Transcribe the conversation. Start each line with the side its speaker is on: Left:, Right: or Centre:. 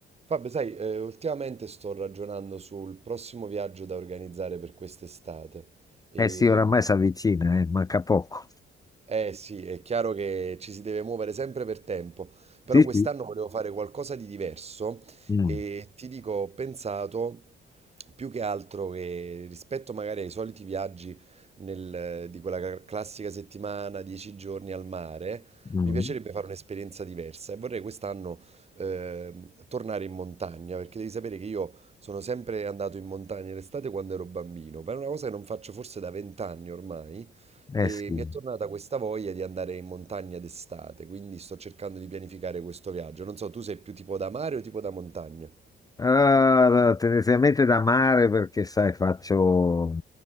Right: Fabio, sai, eh, ultimamente sto ragionando sul prossimo viaggio da organizzare per quest'estate e
Left: Eh sì, oramai
Right: mm,
Left: si avvicina, eh, manca poco.
Right: eh sì, è chiaro che ci si deve muovere sempre per tempo, però
Left: Sì,
Right: quest'anno
Left: sì.
Right: volevo fare qualcosa di diverso
Left: Mm,
Right: e ti dico, ho pensato più che altro che rispetto magari ai soliti viaggi nel- eh, di quella ca- classica settimana, dieci giorni al mare,
Left: mm.
Right: mi piacerebbe fare un'esperienza diversa e vorrei quest'anno ehm, tornare in montagna, perché devi sapere che io sono sempre andato in montagna l'estate quando ero bambino, per una cosa che non faccio forse da vent'anni ormai.
Left: Eh
Right: E
Left: sì.
Right: mi è tornata questa voglia di andare in montagna d'estate, quindi sto cercando di pianificare questo viaggio. Non so, tu sei più tipo da mare o tipo da montagna?
Left: Ah, tendenzialmente da mare perché, sai, faccio,